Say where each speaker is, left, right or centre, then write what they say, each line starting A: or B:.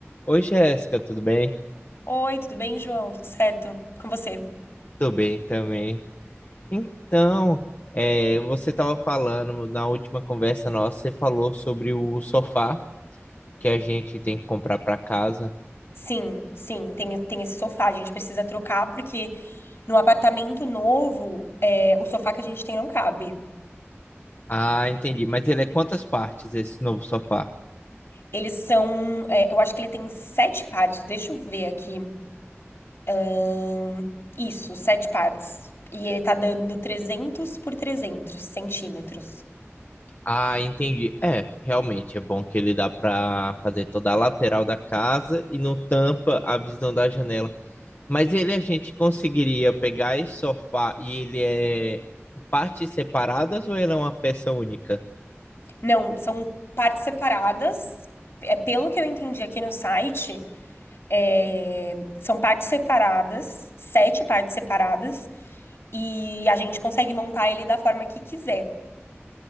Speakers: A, on the left (about 40°); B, on the left (about 60°).
A: Oi, Jéssica, tudo bem?
B: Oi, tudo bem, João? Tudo certo? Com você?
A: Tudo bem também. Então, é, você estava falando na última conversa nossa, você falou sobre o sofá que a gente tem que comprar para casa.
B: Sim, sim, tem, tem esse sofá, a gente precisa trocar, porque no apartamento novo, é, o sofá que a gente tem não cabe.
A: Ah, entendi. Mas ele é quantas partes esse novo sofá?
B: Eles são, é, eu acho que ele tem sete partes, deixa eu ver aqui. Hum, isso, sete partes. E ele tá dando trezentos por trezentos centímetros.
A: Ah, entendi. É, realmente é bom que ele dá para fazer toda a lateral da casa e não tampa a visão da janela. Mas ele a gente conseguiria pegar esse sofá e ele é partes separadas ou ele é uma peça única?
B: Não, são partes separadas. É, pelo que eu entendi aqui no site, é, são partes separadas, sete partes separadas. e a gente consegue montar ele da forma que quiser.